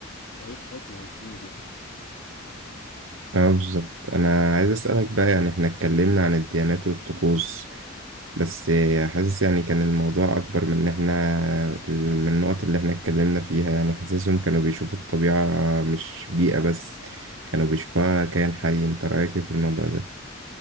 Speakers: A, on the left; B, on the right.
A: تاريخ حكمة وصمود يعني
B: اه بالظبط أنا عايز أسألك بقى يعني احنا اتكلمنا عن الديانات والطقوس بس حاسس يعني كان الموضوع أكبر من إن إحنا من النقط اللي إحنا اتكلمنا فيها يعني حاسسهم كانوا بيشوفوا الطبيعة مش بيئة بس كانوا بيشوفوها كائن حي أنت رأيك إيه في الموضوع ده؟